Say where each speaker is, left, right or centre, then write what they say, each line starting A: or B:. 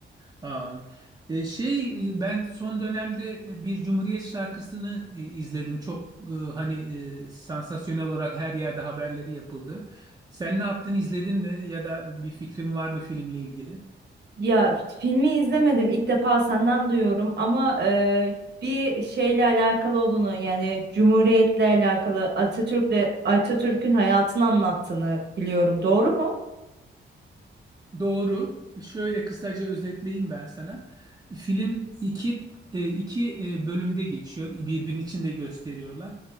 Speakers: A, on the right (about 20°); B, on the right (about 55°).
A: Am, e, şey e, ben son dönemde e, bir Cumhuriyet şarkısını e, izledim. Çok e, hani e, sansasyonel olarak her yerde haberleri yapıldı. Sen ne yaptın, izledin mi ya da bir fikrin var mı filmle ilgili?
B: Ya filmi izlemedim ilk defa senden duyuyorum ama e, bir şeyle alakalı olduğunu yani Cumhuriyet'le alakalı Atatürk'le Atatürk'ün hayatını anlattığını biliyorum. Doğru mu?
A: Doğru. Şöyle kısaca özetleyeyim ben sana. Film iki, e, iki e, bölümde geçiyor. Birbirinin içinde gösteriyorlar.